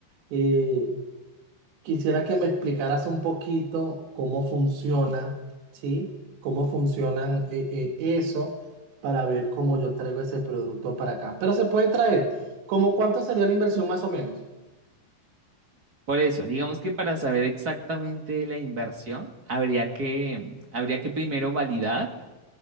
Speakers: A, on the right; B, on the right.
A: Eh, quisiera que me explicaras un poquito cómo funciona, ¿sí? Cómo funcionan eh, eh, eso para ver cómo yo traigo ese producto para acá. Pero se puede traer, ¿cómo cuánto sería la inversión más o menos?
B: Por eso, digamos que para saber exactamente de la inversión, habría que, habría que primero validar